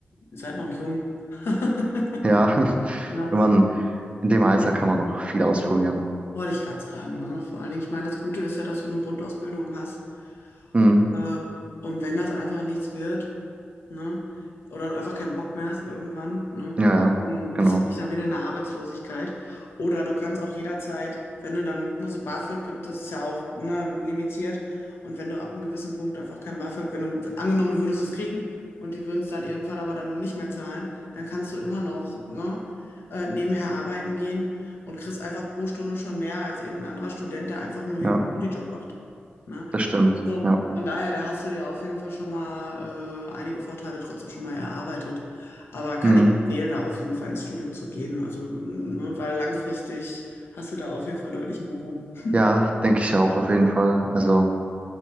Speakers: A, on the left; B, on the right.
A: Ihr seid noch jung. <laughs>
B: Ja, <laughs>
A: Na,
B: wenn man in dem Alter kann man noch viel ausprobieren.
A: wollte ich gerade sagen. Ne? Vor allen Dingen, ich meine, das Gute ist ja, dass du eine Grundausbildung hast.
B: Hm.
A: Äh, und wenn das einfach nichts wird, ne? Oder du einfach keinen Bock mehr hast irgendwann, ne?
B: Ja, ja,
A: Dann
B: genau.
A: bist du dann wieder in der Arbeitslosigkeit. Oder du kannst auch jederzeit, wenn du dann, ne, so BAföG gibt, das ist ja auch, ne, limitiert. Und wenn du ab einem gewissen Punkt einfach kein BAföG, wenn du, angenommen, du würdest es kriegen und die würden es dann irgendwann aber dann nicht mehr zahlen, dann kannst du immer noch, ne, äh, nebenher arbeiten gehen und kriegst einfach pro Stunde schon mehr als irgendein anderer Student, der einfach nur
B: Ja,
A: irgendeinen Studijob macht. Ne?
B: das stimmt.
A: Also
B: Ja.
A: von daher, da hast du dir auf jeden Fall schon mal äh, einige Vorteile trotzdem schon mal erarbeitet. Aber kann
B: Hm.
A: ich empfehlen, da auf jeden Fall ins Studium zu gehen. Also, ne, weil langfristig hast du da auf jeden Fall deutlich mehr von.
B: Ja, denke ich auch auf jeden Fall. Also,